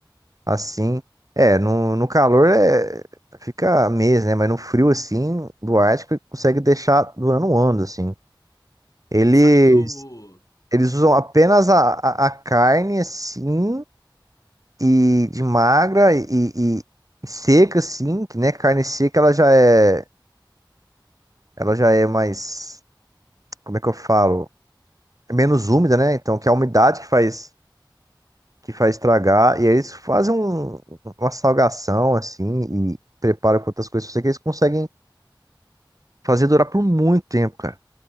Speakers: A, on the right; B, on the left.
A: Assim, é, no, no calor é, fica mês, né? Mas no frio, assim, do Ártico, ele consegue deixar durando um ano, assim. Eles,
B: Sabe que o, o-
A: eles usam apenas a, a, a carne, assim, e de magra e, e- e seca, assim, que, né? Carne seca, ela já é, ela já é mais, como é que eu falo? É menos úmida, né? Então, que é a umidade que faz, que faz estragar. E aí eles fazem um- uma salgação, assim, e preparam com outras coisas. Eu sei que eles conseguem Fazer durar por muito tempo, cara.